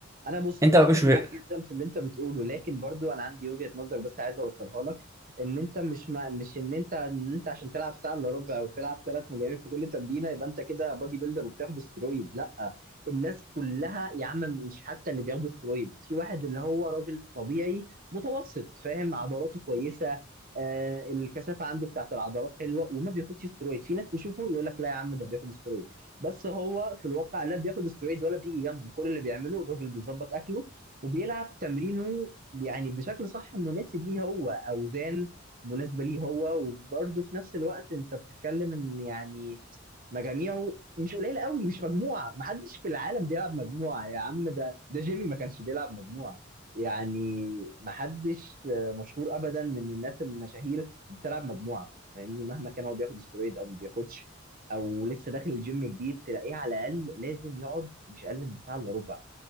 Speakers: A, on the right; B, on the right.
A: انا بص
B: انت
A: متفق
B: ما بش يا
A: معاك جدا في اللي انت بتقوله لكن برضو انا عندي وجهة نظر بس عايز اوصلها لك ان انت مش مع... مش ان انت ان انت عشان تلعب ساعه الا ربع او تلعب ثلاث مجاميع في كل تمرينه يبقى انت كده بادي بيلدر وبتاخد استرويد لا الناس كلها يا عم مش حتى اللي بياخدوا استرويد في واحد اللي هو راجل طبيعي متوسط فاهم عضلاته كويسه آه الكثافه عنده بتاعت العضلات حلوه وما بياخدش استرويد في ناس يشوفه يقول لك لا يا عم ده بياخد استرويد بس هو في الواقع لا بياخد استرويد ولا بيجي جنبه كل اللي بيعمله الراجل بيظبط اكله وبيلعب تمرينه يعني بشكل صح مناسب ليه هو اوزان مناسبه ليه هو وبرده في نفس الوقت انت بتتكلم ان يعني مجاميعه مش قليله قوي مش مجموعه محدش في العالم بيلعب مجموعه يا عم ده ده جيمي ما كانش بيلعب مجموعه يعني محدش آه، مشهور ابدا من الناس المشاهير بتلعب مجموعه فاهمني مهما كان هو بياخد استرويد او ما بياخدش او لسه داخل الجيم جديد تلاقيه على الاقل لازم يقعد مش اقل من ساعه الا ربع